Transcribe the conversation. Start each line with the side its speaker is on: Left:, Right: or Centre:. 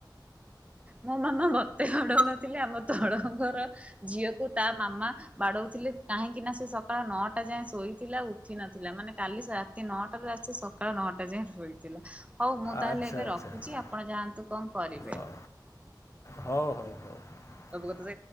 Right: ମୋ ମାମା ମତେ ବାଡଉନଥିଲେ, ଆମ ତଳଘରଝିଅକୁ ତା ମାମା ବାଡଉଥିଲେ, କାହିଁକି ନା ସେ ସକାଳ ନଅଟା ଯାଏ ଶୋଇଥିଲା ଉଠି ନଥିଲା ମାନେ କାଲି ରାତି ନଅଟା ରା ସକାଳ ନଅଟା ଯାଏ ଶୋଇଥିଲା ହଉ, ମୁଁ ତାହେଲେ
Left: ଆଚ୍ଛା
Right: ଏବେ
Left: ଆଚ୍ଛା
Right: ରଖୁଛି
Left: ଆଚ୍ଛା
Right: ଆପଣ ଯାଆନ୍ତୁ କଣ କରିବେ।
Left: ହଉ ହଉ, ହଉ, ହଉ।
Right: ସବୁ କଥା